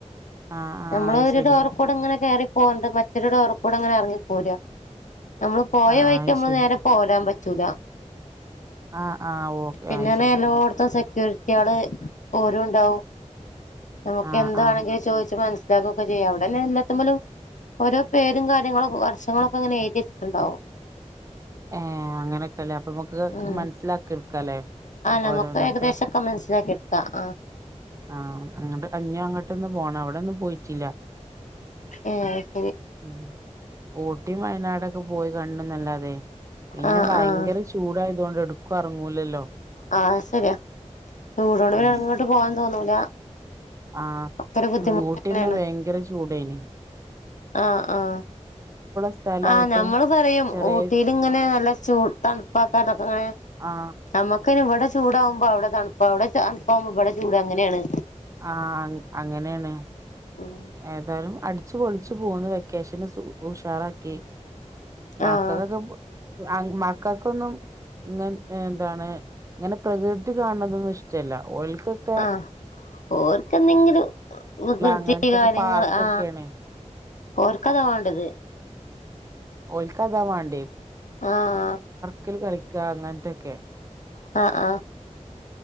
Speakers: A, on the right (about 25°); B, on the left (about 85°).
A: ആഹ് ആഹ്
B: നമ്മൾ
A: അത്
B: ഒരു
A: ശരി
B: ഡോർ കൂടെ ഇങ്ങനെ കേറി പോന്നത് മറ്റൊരു ഡോറിക്കൂടെ അങ്ങനെറങ്ങി പോരാ നമ്മള് പോയ
A: ആഹ്
B: വഴിക്ക്
A: അത്
B: നമ്മള്
A: ശരി
B: നേരെ പോരാൻ പറ്റൂല
A: ആഹ് ആഹ് ഓക്കെ
B: പിന്നാണെല്ലോടത്തും
A: അത് ശരി
B: സെക്യൂരി കുട്ടിയോള് ഓരും ഉണ്ടാവും നമുക്ക്
A: ആഹ്
B: എന്താണെങ്കില്
A: ആഹ്
B: ചോദിച്ച് മനസി ഇത് ഒക്കെ ചെയ്യാം അവിടന്നെ എല്ലാത്തമേലും ഓരോ പേരും കാര്യങ്ങളൊ വശങ്ങളൊക്കെ ഇങ്ങനെ ഏഴുതി വേച്ചട്ടുണ്ടാവും
A: ഏഹ് അങ്ങനൊക്കെല്ലേ അപ്പൊ നമുക്ക്
B: ഉം
A: മനസ്സിലാക്കി എടുക്കല്ലേ
B: നമുക്ക്
A: ഓരോന്നൊക്കെ
B: ഏകദേശൊക്കെ മനസ്സിലാക്കി ആഹ് ആഹ്
A: ആഹ് അങ്ങട്ട് അഞ്ഞോ അങ്ങോട്ടൊന്ന് പോണം അവിടെ ഒന്നും പോയിട്ടില്ല
B: <unintelligible>
A: ഉം കൊ കുട്ടിയ വയനാടൊക്കെ പോയി കാണണ്ണന്നല്ലാതെ പിന്നെ
B: ആഹ്
A: ഭയങ്കര
B: ആഹ്
A: ചൂടായത് കൊ എടുക്കും ഇറങ്ങൂലല്ലോ
B: ആഹ് ശരിയാ ചൂടോണ്ട്
A: ഉം
B: അങ്ങോട്ട് പോവാൻ തോന്നൂല
A: ആഹ്
B: ഒക്കെ ഒരു ബുദ്ധിമുട്ട്
A: ഊട്ടന്നെ
B: തന്നെയാണ്
A: ഭയങ്കര ചൂടേന
B: ആഹ് ആഹ്
A: സ്ഥലായിട്ടും
B: ആഹ് നമ്മള് പറയും
A: ചെറിയ
B: ഊട്ടിൽ ഇങ്ങനെ നല്ല ചൂട് തണുപ്പാക്കാനൊക്കെ ഇങ്ങനെ
A: ആ
B: നമ്മക്ക് <unintelligible> ചൂടാമ്പോ അവിടെ തണുപ്പ അവിടെ മ്പോ എവട ചൂട് അങ്ങനെയാണ്
A: ആ അങ്ങനെയാണ്
B: ഉം
A: ഏതാലും അടു ച്ച് പൊളിച്ചു പോന്ന വെക്കേഷന് ഉഷാറാക്കി <unintelligible>
B: ആഹ്
A: മക്കക്കൊന്നും ഇങ്ങെ എന്താണ് ഇങ്ങനെ പ്രകൃതി കാണുന്നതൊന്നും ഇഷ്ടമല്ലഓ ക്കക്കെ
B: ആഹ് ഓർക്കെന്തെങ്കിലും വികൃതി
A: അങ്ങനത്തൊക്കെ
B: കാര്യങ്ങ
A: പാർക്കൊക്കെയാണ്
B: ആ ഒർക്കതാ വേണ്ടത്
A: ഓൽക്കാതാ വണ്ടേ
B: ആ ആ
A: കിൽ കളിക്കാ അങ്ങനത്തൊക്കെ
B: ആ ആ